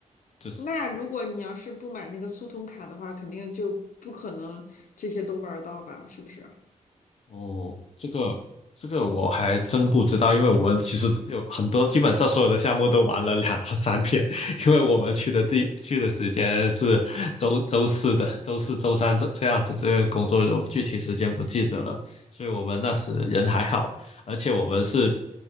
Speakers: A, on the left; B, on the left.
A: 就是
B: 那如果你要是不买那个速通卡的话，肯定就不可能这些都玩儿到吧？是不是？
A: 哦，这个这个我还真不知道，因为我们其实有很多，基本上所有的项目都玩了两到三遍，<laughs> 因为我们去的地去的时间是周周四的，周四周三这这样子，这个工作有具体时间不记得了，所以我们那时人还好，而且我们是